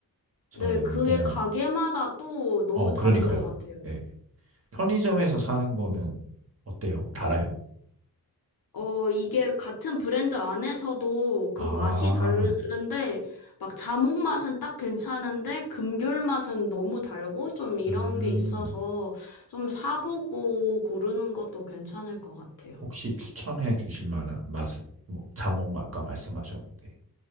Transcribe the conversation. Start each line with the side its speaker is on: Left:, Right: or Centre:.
Right: 저는
Left: 네, 그게
Right: 그냥
Left: 가게마다 또 너무
Right: 어 그러니까요.
Left: 다른 것 같아요.
Right: 예. 편의점에서 사는 거는 어때요? 달아요?
Left: 어, 이게 같은 브랜드 안에서도
Right: 아,
Left: 그 맛이 다른데, 막 자몽 맛은 딱 괜찮은데, 금귤 맛은 너무 달고, 좀 이런
Right: 음,
Left: 게 있어서 좀 사보고 고르는 것도 괜찮을 것 같아요.
Right: 혹시 추천해 주실 만한 맛은 뭐 자몽 맛과 말씀하셨는데,